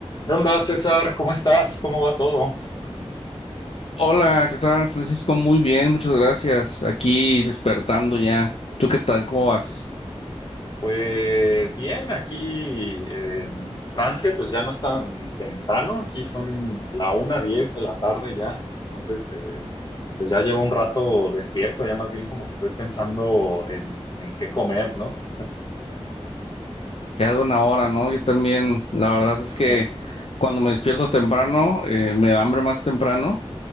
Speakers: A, on the left (about 40°); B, on the left (about 70°).
A: ¿Qué onda, César? ¿Cómo estás? ¿Cómo va todo?
B: Hola, ¿qué tal, Francisco? Muy bien, muchas gracias. Aquí despertando ya. ¿Tú qué tal? ¿Cómo vas?
A: Pues bien, aquí en Francia, pues ya no es tan temprano, aquí son la una diez de la tarde ya, entonces eh, pues ya llevo un rato despierto, ya más bien como que estoy pensando en, en qué comer, ¿no?
B: Quedas buena hora, ¿no? Yo también, la verdad es
A: Ajá.
B: que cuando me despierto temprano, eh, me da hambre más temprano